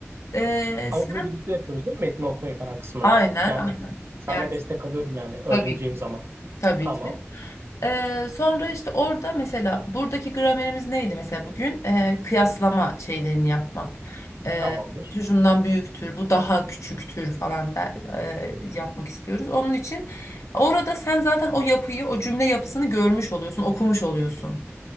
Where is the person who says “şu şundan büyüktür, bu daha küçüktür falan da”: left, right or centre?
Left